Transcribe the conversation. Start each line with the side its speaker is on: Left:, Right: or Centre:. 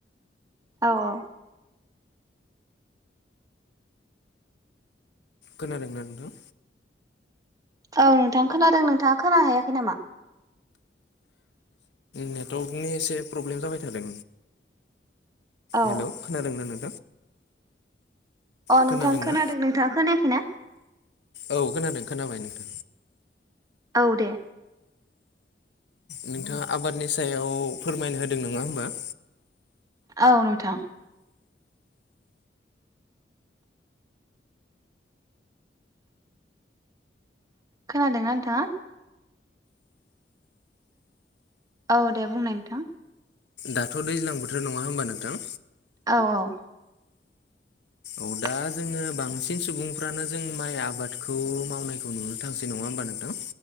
Right: औ औ
Left: खोनादोंना नोंथां
Right: औ नोंथां खोनादों नोंथाङा खोना हैयाखै नामा
Left: नेटवर्कनि एसे प्रब्लेम जाबाय थादों
Right: औ
Left: हेलौ खोनादोंना नों
Right: अ
Left: खोनादोंना
Right: नोंथां खोनादों नोंथाङा खोनायाखैना
Left: औ खोनादों खोनाबाय नोंथां
Right: औ दे
Left: नोंथाङा आबादनि सायाव फोरमायनो होदों नङा होमबा
Right: औ नोंथां खोनादों ना नोंथाङा औ दे बुंनाय नोंथां
Left: दाथ' दैज्लां बोथोर नंङा होनबा नोंथां
Right: औ औ <inaudible>
Left: औ दा जोङो बांसिन सुबुंफ्रानो जों माइ आबादखौ मावनायखौ नुनो थांसै नंङा होमबा नोंथां